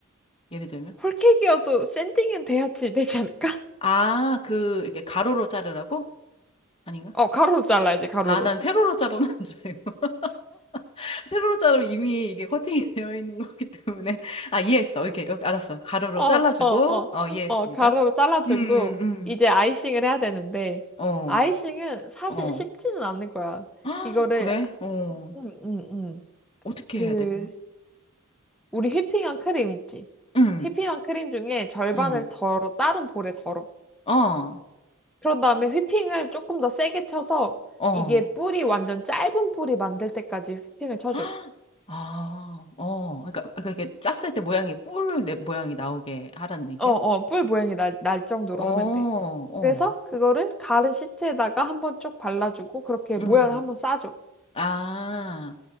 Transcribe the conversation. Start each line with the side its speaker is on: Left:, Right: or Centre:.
Left: 예를 들면?
Centre: 홀케이크여도 샌딩은 돼야지 되지 않을까? <laughs>
Left: 아, 그, 이렇게 가로로 자르라고? 아닌가?
Centre: 어, 가로로 잘라야지, 가로로.
Left: 아, 난 세로로 자르는 줄 알고. <laughs> 세로로 자르면 이미 이게 커팅이 되어 있는 거기 때문에. 아, 이해했어. 이렇게, 이렇게 알았어. 가로로
Centre: 어,
Left: 잘라주고,
Centre: 어, 어,
Left: 어, 이해했습니다.
Centre: 어, 가로로 잘라주고,
Left: 음, 음.
Centre: 이제 아이싱을 해야 되는데,
Left: 어,
Centre: 아이싱은 사실
Left: 어.
Centre: 쉽지는 않을 거야.
Left: 아,
Centre: 이거를,
Left: 그래? 어.
Centre: 음, 음, 음.
Left: 어떻게
Centre: 그,
Left: 해야 돼, 그러면?
Centre: 우리 휘핑한 크림 있지?
Left: 음,
Centre: 휘핑한 크림 중에 절반을
Left: 음.
Centre: 덜어, 다른 볼에 덜어.
Left: 어,
Centre: 그런 다음에 휘핑을 조금 더 세게 쳐서,
Left: 어.
Centre: 이게 뿔이 완전 짧은 뿔이 만들 때까지 휘핑을 쳐줘.
Left: 헉! 아, 어, 그러니까, 그러니까 이렇게 짰을 때 모양이 뿔 내- 모양이 나오게 하라는 얘기야?
Centre: 어, 어, 뿔 모양이 날, 날 정도로
Left: 어,
Centre: 하면 돼.
Left: 어,
Centre: 그래서 그거를 가른 시트에다가 한번 쭉 발라주고 그렇게
Left: 음,
Centre: 모양을 한번 싸줘.
Left: 아,